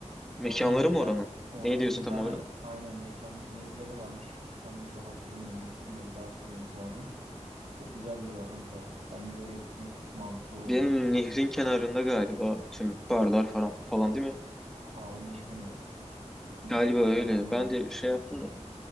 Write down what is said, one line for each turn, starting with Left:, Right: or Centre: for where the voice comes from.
Centre: Mekanları
Right: Oranın bir
Centre: mı
Right: tane
Centre: oranın?
Right: oranın
Centre: Ne diyorsun
Right: bir
Centre: tam
Right: tane
Centre: olarak?
Right: aynen mekan yerleri varmış. Hangi sokakta bilmiyorum unuttum da bir daha sormamız lazım. Çok güzel diyorlar kanka ya. Bence oraya gitmek mantıklı olabilir.
Centre: Benim nehrin kenarında galiba tüm barlar falan falan değil mi?
Right: Aa onu hiç bilmiyorum. İlk
Centre: Galiba
Right: defa
Centre: öyle.
Right: senden duydum.
Centre: Ben de şey yaptım da.